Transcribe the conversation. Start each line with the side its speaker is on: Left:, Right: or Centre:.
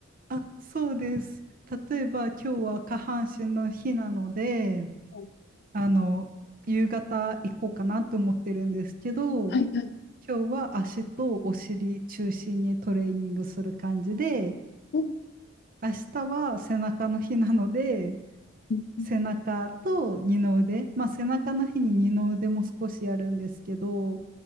Right: あ、そうです。例えば今日は下半身の日なので、
Left: い
Right: あの、夕方行こうかなと思ってるんですけど、
Left: はい。
Right: 今日は足とお尻中心にトレーニングする感じで、
Left: うん。
Right: 明日は背中の日なので、
Left: うん
Right: 背中と二の腕、まあ背中の日に二の腕も少しやるんですけど、